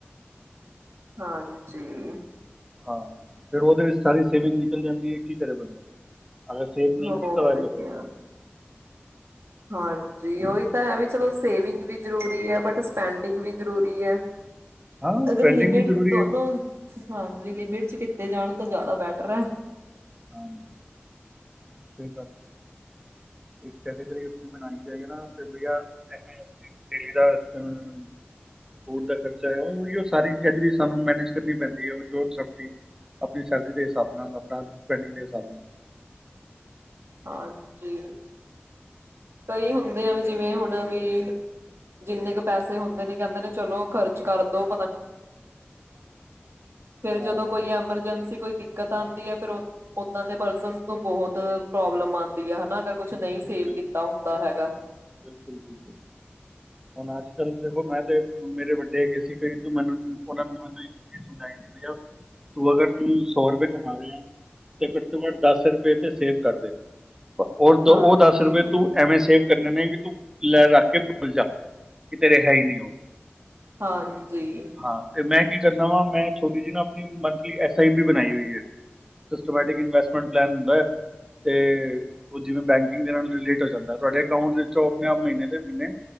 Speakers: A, on the right; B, on the right.
A: <unintelligible> ਹਾਂਜੀਜੀੀ
B: ਹਾਂ ਫਿਰ ਉਹਦੇ ਵਿੱਚ ਸਾਰੀ ਸੇਵਿੰਗ ਨਿਕਲ ਜਾਂਦੀ ਹੈ ਕੀ ਕਰੇ ਬੰਦਾ <inaudible> ਅਗਰ ਸੇਫ ਨਹੀਂ
A: ਹੋਰ
B: ਕੀਤਾ ਹੋਇ ਹੋ
A: ਕਿਆ <inaudible> ਹਾਂਜੀ ਉਹੀ ਤਾਂ ਹੈ ਵੀ ਚਲੋ ਸੇਵਿੰਗ ਵੀ ਜ਼ਰੂਰੀ ਹੈ ਬਟ ਸਪੈਂਡਿੰਗ ਵੀ ਜ਼ਰੂਰੀ ਹੈ <inaudible>
B: ਹਾਂ ਸਪੈਂਡਿੰਗ
A: ਅਗਰ ਲਿਮਿਟ
B: ਵੀ ਜ਼ਰੂਰੀ
A: ਦੋਨੋ
B: ਹੈ
A: ਹਾਂਜੀ ਲਿਮਿਟ ਚ ਤੇ ਜਾਣ ਤਾਂ ਜ਼ਿਆਦਾ ਬੈਟਰ ਹੈ
B: <inaudible> ਹ ਕ ਬਣਾ ਜਾ ਦਾ ਦਾ <inaudible> ਸੈਲਿੰਗ ਦੇਿਸਾਬ ਨੂੰ
A: ਹਾਂਜੀ ਕਈ ਹੁੰਦੇ
B: ਹਾਂਜੀ
A: ਆ ਵੀ
B: ਸਰ
A: ਜਿਵੇਂ ਹੁਣ ਵੀ ਜਿੰਨੇ ਕੁ ਪੈਸੇ ਹੁੰਦੇ ਨੇ ਕਹਿੰਦੇ ਨੇ ਚਲੋ ਖਰਚ ਕਰਦੋ ਫੇਰ
B: ਤਾਂ
A: ਜਦੋਂ ਕੋਈ ਐਮਰਜੈਂਸੀ ਕੋਈ <unintelligible> ਦਿੱਕਤ ਆਉਂਦੀ ਹੈ ਫਿਰ ਓਦਾਂ ਦੇ ਪਰਸ ਨੂੰ ਬਹੁਤ ਪ੍ਰੋਬਲਮ ਆਉਂਦੀ ਹੈਾ ਕੁਛ ਨਹੀਂ ਸੇਵ
B: ਬਿਲ-
A: ਕੀਤਾ ਦਾ ਹੈਗਾ
B: ਬਿਲਕੁਲ ਬਿਲਕੁਲ <inaudible> ਹੁਣ ਅੱਜ ਕੱਲ੍ਹ ਦੇਖੋ ਮੈਂ ਤੇ ਮੇਰੇ ਵੱਡੇ ਹੈਗੇ ਸੀ ਕਈ ਤੂੰ ਮੈਨੂੰ ਉਹਨਾਂ ਮੈਨੂੰ ਇੱਕ ਚਜ਼ ਸਮਝਾਈ ਸੀ ਭਈਆ ਤੂੰ ਅਗਰ ਤੂੰ ਸੌ ਰੁਪਏ ਕਮਾ ਰਹੇ ਆ ਤੇ ਘੱਟੋ ਘੱਟ ਦਸ ਰੁਪਏ ਤੇ ਸੇਵ ਕਰਦੇ ਉਹ
A: ਹਾਂਜੀ
B: ਦਸ ਰੁਪਏ ਤੂੰ ਐਵੇਂ ਸੇਵ ਕਰਨ ਨੇ ਕਿ ਤੂੰ ਲੈ ਰੱਖ ਕੇ ਭੱਲ ਜਾ <unintelligible> ਕਿਤੇ ਰਿਹਾ ਹੀ ਨਹੀਂ ਉਹ
A: ਹਾਂਜੀ
B: ਹਾਂ ਤੇ ਮੈਂ ਕੀ <unintelligible> ਕਰਦਾ ਵਾ ਮੈਂ ਛੋਟੀ ਜਿਹੀ ਨਾ ਆਪਣੀ ਮੰਥਲੀ ਐਸ ਆਈ ਬੀ ਬਣਾਈ ਹੋਈ ਹੈ ਸਿਸਟਮੈਟਿਕ ਇਨਵੈਸਟਮੈਂਟ ਪਲਨ ਹੁੰਦਾ ਹੈ ਤੇ ਉਹ ਜਿਵੇਂ ਬੈਂਕਿੰਗ ਦੇ ਨਾਲ ਰਿਲੇਟ ਹੋ ਜਾਂਦਾ ਤੁਹਾਡੇ ਅਕਾਊਂਟ ਵਿੱਚ ਉਹ ਆਪਣੇ ਆਪ ਮਹੀਨੇ ਦੇ ਮਹੀਨੇ